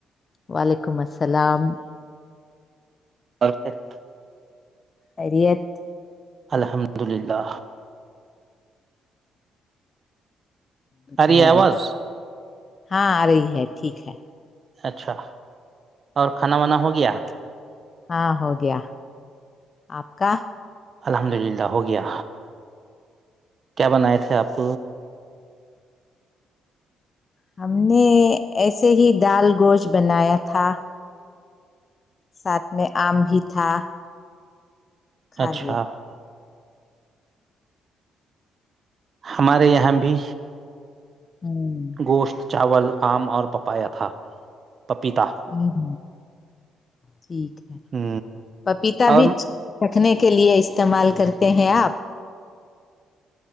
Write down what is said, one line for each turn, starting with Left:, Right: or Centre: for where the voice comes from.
Left: وعلیکم السلام
Right: اورفت
Left: خریت
Right: الحمد للہ
Left: بتائیے
Right: اری آواز
Left: ہاں آ رہی ہے ٹھیک ہے
Right: اچھا اور کھانا وانا ہو گیا
Left: ہاں ہو گیا آپ کا
Right: الحمد للہ ہو گیا کیا بنائے تھے آپ
Left: ہم نے ایسے ہی دال گوشت بنایا تھا ساتھ میں آم بھی تھا کھا
Right: اچھا
Left: لیا
Right: ہمارے یہاں بھی
Left: ہ
Right: گوشت چاول آم اور پپایا تھا پپیتا
Left: ا ہ ٹھیک ہے
Right: ہ
Left: پپیتا
Right: اور
Left: بھی چکھنے کے لیے استعمال کرتے ہیں آپ